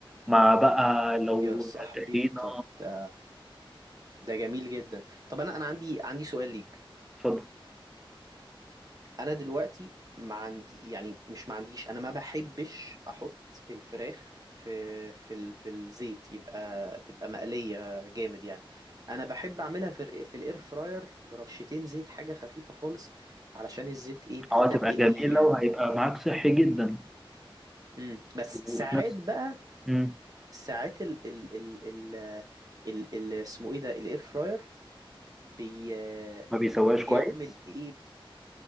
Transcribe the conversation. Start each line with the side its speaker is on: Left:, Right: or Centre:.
Centre: مع بقى لو
Right: يا صاحبي
Centre: طحينة
Right: طب ده ده جميل جدا طب انا انا عندي عندي سؤال ليك
Centre: اتفضل
Right: انا دلوقتي ما عندي يعني مش ما عنديش انا ما بحبش احط الفراخ في في ال- في الزيت يبقى تبقى مقلية جامد يعني انا بحب اعملها في ال- في الاير فراير برشتين زيت حاجة خفيفة خالص علشان الزيت ايه بيتقل
Centre: اه هتبقى جميلة
Right: لي
Centre: وهيبقى
Right: معدتي
Centre: معاك صحي جدا
Right: امم بس
Centre: وفي
Right: ساعات
Centre: نفس
Right: بقى
Centre: مم.
Right: ساعات ال ال ال ال ال ال- اسمه ايه ده الاير فراير بي
Centre: ما بيسواش
Right: بيعمل
Centre: كويس
Right: ايه